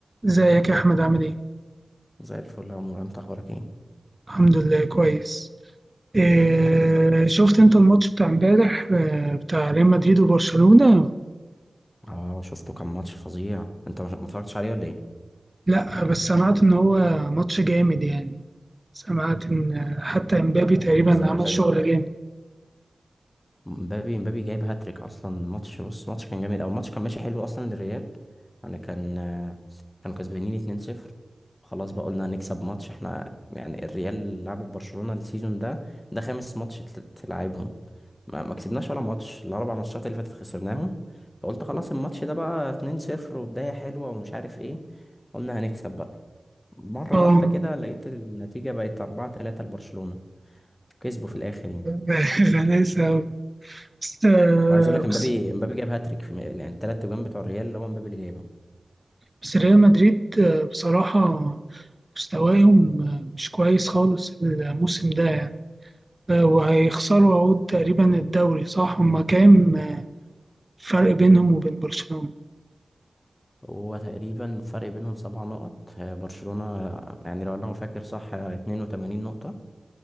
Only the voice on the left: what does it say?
زي الفل يا عمر انت اخبارك ايه
يا رب تبقى
بخير
اه شفته كان ماتش فظيع انت مش- ما اتفرجتش عليه ولا ايه
لا
انا عايز اقول
لك
مبابي مبابي جايب هاتريك اصلا الماتش بص الماتش كان جامد او الماتش كان ماشي حلو اصلا للريال يعني كان كانوا كسبانين 2-0 خلاص بقى قلنا هنكسب ماتش احنا يعني الريال لعبت برشلونة السيزون ده ده خامس ماتش تل- تلعبهم ما ما كسبناش ولا ماتش الاربع ماتشات اللي فاتت خسرناهم فقلت خلاص الماتش ده بقى 2-0 وبداية حلوة ومش عارف ايه قلنا هنكسب بقى مرة
واحدة كده لقيت النتيجة بقت 4-3 لبرشلونة كسبوا في الاخر يعني
وعايز اقول لك امبابي
امبابي جاب هاتريك في يعني الثلاث اجوان بتوع الريال هو امبابي اللي جايبهم
هو تقريبا الفرق بينهم سبع نقط آه، برشلونة آه، يعني لو انا فاكر صح آه، 82 نقطة